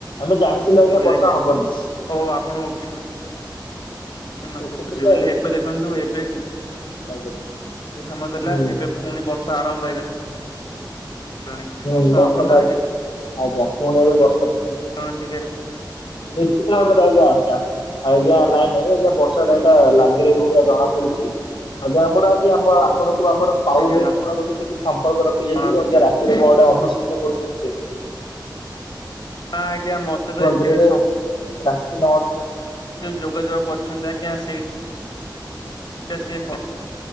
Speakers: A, on the left (about 80°); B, on the left (about 60°).
A: ଆମେ ଜାଣିଥିଲୁ
B: ମୁଁ
A: ଆଜ୍ଞା
B: ବି
A: ବର୍ଷା ହବନାଇଁ।
B: ଓ ଆପଣ ଉଠିବେ ଉଠିନଥିଲେ
A: ଉଠିଥିଲୁ
B: ଯିବେ ବୋଲି ଏବେ ଦେଖନ୍ତୁ ଏବେ କିଛି
A: ଆଜ୍ଞା
B: ସମୟ ଥିଲା
A: ହୁଁ।
B: ଏବେ ପୁଣି ବର୍ଷା ଆରମ୍ଭ ହେଇଗଲାଣି
A: ହୁଁ
B: ବର୍ଷା
A: ବର୍ଷାପାଗ
B: ହବ ନା
A: ଆଜ୍ଞା ପୁଣି ଏବେ ବର୍ଷା ପକେଇଲା।
B: ହଁ ଟିକେ
A: ନିଶ୍ଚିତ ଭାବରେ ଆଜ୍ଞା ଆଛା ଆଜ୍ଞା ନାଇଁ ନାଇଁ ଆଜ୍ଞା ବର୍ଷା ବର୍ଷାଟା ଏଇଟା ଲାଗି ରହିବ ଭଳିଆ ଜଣା ପଡୁଛି ଆଜ୍ଞା ଆମର ଆଜି ଆମ ଆପଣଙ୍କୁ ଆମର ସାହୁ
B: ଆଜ୍ଞା
A: ଭାଇ ଆପଣଙ୍କ ସହିତ କି ସମ୍ପର୍କ ରଖିଛନ୍ତି
B: ଜଣା
A: ଯେ
B: ପଡୁଛି
A: ଆଜ୍ଞା ରାତିରେ କଣ ଗଟେ ଅନୁସିତ କରୁଛନ୍ତି।
B: ହଁ ଆଜ୍ଞା ମତେ ତ ଏତିକି
A: ପୁରୀରେ ରାକ୍ଷୀ ନଅଶହ।
B: ଯୋଗାଯୋଗ କରିୁଛନ୍ତି ଆଜ୍ଞା ସେଇଟା ସିଏ